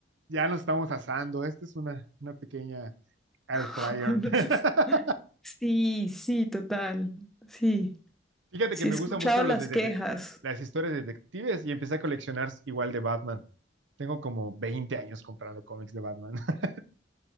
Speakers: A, on the right (about 80°); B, in the centre.
A: ya nos estamos asando. Esta es una, una pequeña air fryer.
B: <laughs> no
A: <laughs>
B: sé si- Sí, sí, total. Sí,
A: Fíjate
B: sí
A: que me
B: he escuchado
A: gustan mucho
B: las
A: los de, dete-
B: quejas.
A: las historias de detectives y empecé a coleccionar igual de Batman. Tengo como 20 años comprando cómics de Batman. <laughs>